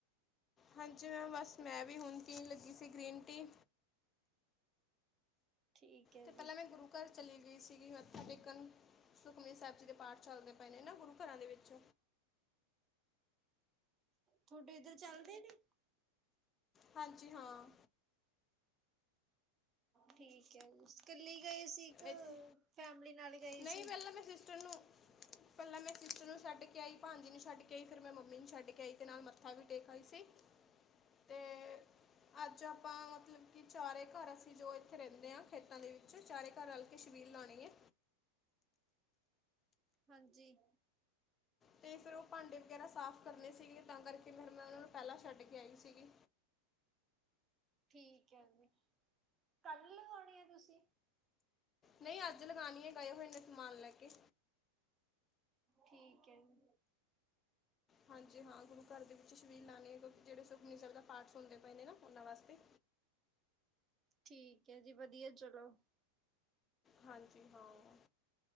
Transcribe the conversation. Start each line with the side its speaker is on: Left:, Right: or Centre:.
Left: ਹਾਂਜੀ, ਮੈਂ ਬਸ ਮੈਂ ਵੀ ਹੁਣ ਪੀਨ ਲ ਗੀ ਸੀ, ਗ੍ਰੀਨ ਟੀ।
Right: ਠੀਕ ਹੈ
Left: ਤੇ
Right: ਜੀ
Left: ਪੈਲਾਂ ਮੈਂ ਗੁਰੂ ਘਰ ਚਲੀ ਗਈ ਸੀਗੀ ਮੱਥਾ ਟੇਕਣ, ਸੁਖਮਨੀ ਸਾਹਿਬ ਜੀ ਦੇ ਪਾਠ ਚੱਲਦੇ ਪਏ ਨੇ ਨਾ, ਗੁਰੂ ਘਰਾਂ ਦੇ ਵਿੱਚ
Right: ਤੁਆਡੇ ਇੱਧਰ ਚੱਲਦੇ ਨੇ?
Left: ਹਾਂਜੀ ਹਾਂ।
Right: ਠੀਕ ਐ, ਓਸ ਕੱਲੀ ਗਏ ਸੀ ਇੱਕ,
Left: ਇੱਥੇ
Right: ਫੈਮਲੀ ਨਾਲ ਗਏ
Left: ਨਹੀਂ
Right: ਸੀ।
Left: ਪਹਿਲਾਂ ਮੈਂ ਸਿਸਟਰ ਨੂੰ ਪਹਿਲਾਂ ਮੈਂ ਸਿਸਟਰ ਨੂੰ ਛੱਡ ਕੇ ਆਈ ਭਾਂਜੀ ਨੂੰ ਛੱਡ ਕੇ ਆਈ, ਫਿਰ ਮੈਂ ਮੰਮੀ ਨੂੰ ਛੱਡ ਕੇ ਆਈ ਤੇ ਨਾਲ ਮੱਥਾ ਵੀ ਟੇਕ ਆਈ ਸੀ ਤੇ ਅੱਜ ਆ ਪਾਂ ਮਤਲਬ ਕਿ ਚਾਰੇ ਘਰ ਅਸੀ ਜੋ ਇੱਥੇ ਰਹਿੰਦੇ ਆਂ, ਖੇਤਾਂ ਦੇ ਵਿੱਚ ਚਾਰੇ ਤਾ ਰਲ ਕੇ ਸ਼ਬੀਲ ਲਾਣੀ ਏ।
Right: ਹਾਂਜੀ।
Left: ਤੇ ਫੇਿਰ ਉਹ ਭਾਂਡੇ ਵਗੈਰਾ ਸਾਫ਼ ਕਰਨੇ ਸੀਗੇ ਤਾਂ ਕਰਕੇ ਫਿਰ ਮੈਂ ਉਹਨਾਂ ਨੂੰ ਪਹਿਲਾਂ ਛੱਡ ਕੇ ਆਈ ਸੀਗੀ।
Right: ਠੀਕ ਐ ਵੀ। ਕਲ ਲਗਾਉਣੀ ਏ ਤੁਸੀ?
Left: ਨਈ ਅੱਜ ਲਗਾਣੀ ਏ, ਗਏ ਹੋਏ ਨੇ ਸਮਾਨ ਲੈ ਕੇ
Right: ਠੀਕ ਐ ਜੀ।
Left: ਹਾਂਜੀ ਹਾਂ, ਗੁਰੂ ਘਰ ਦੇ ਵਿੱਚ ਸ਼ਬੀਲ ਲਾਣੀ ਏ ਗੁਰ ਜੇੜੇ ਸੁਖਮਨੀ ਸੈਬ ਦਾ ਪਾਠ ਸੁਣਦੇ ਪਏ ਨੇ ਨਾ, ਉਹਨਾਂ ਵਾਸਤੇ।
Right: ਠੀਕ ਐ ਜੀ, ਵਧੀਐ ਚਲੋ।
Left: ਹਾਂਜੀ ਹਾਂ।